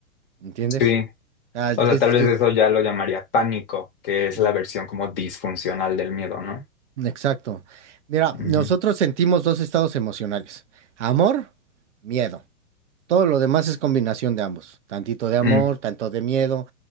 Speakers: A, on the right; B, on the left.
A: ¿entiendes?
B: sí.
A: Ah,
B: O sea,
A: es,
B: tal vez
A: es-
B: eso ya lo llamaría pánico, que es
A: mm,
B: la versión como disfuncional del miedo, ¿no?
A: exacto. Mira,
B: Ujú.
A: nosotros sentimos dos estados emocionales, amor, miedo. Todo lo demás es combinación de ambos, tantito de amor,
B: Mm,
A: tanto de miedo,